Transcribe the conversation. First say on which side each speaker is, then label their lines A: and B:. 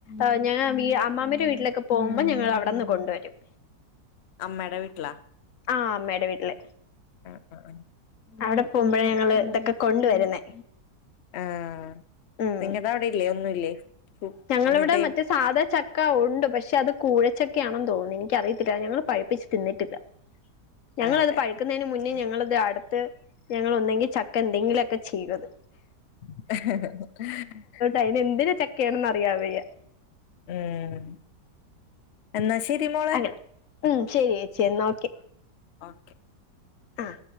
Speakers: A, on the left; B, on the left.
A: ഏഹ് ഞാൻ ബീ അമ്മാമന്റെ വീട്ടിലൊക്കെ പോകുമ്പം ഞങ്ങൾ അവിടെന്ന് കൊണ്ട് വരും.
B: അമ്മയുടെ വീട്ടിലാ?
A: ആഹ് അമ്മയുടെ വീട്ടില്.
B: ആ ആ ആ
A: അവിടെ പോകുമ്പോഴ ഞങ്ങള് ഇതൊക്കെ കൊണ്ടുവരുന്നേ.
B: ആഹ്,
A: ഉം
B: നിങ്ങട അവിടെല്ലേ ഒന്നുല്ലേ?
A: ഞങ്ങളിവിടെ
B: ഒന്നിന്റെയും
A: മറ്റേ സാധാച്ചക്ക ഉണ്ട് പക്ഷെ അത് കൂഴച്ചക്കയാണെന്ന് തോന്നുന്നു. എനിക്ക അറിയത്തില്ല ഞങ്ങള് പഴിപ്പിച്ച് തിന്നിട്ടില്ല. ഞങ്ങളത്
B: ആ അതെ
A: പഴുക്കുന്നതിന് മുന്നേ ഞങ്ങളത് അടുത്ത് ഞങ്ങൾ ഒന്നെങ്കി ചക്ക എന്തെങ്കിലൊക്കെ ചെയ്തത്.
B: <unintelligible>
A: അയിന് എന്തിര്ചക്കേണെന്ന് അറിയാവയ്യ.
B: ഉം, എന്നാ ശരി മോളെ.
A: അങ്ങനെ ഉം, ശരിയേച്ചിയെ എന്നാ ഓക്കെ.
B: ഓക്കെ
A: ആഹ്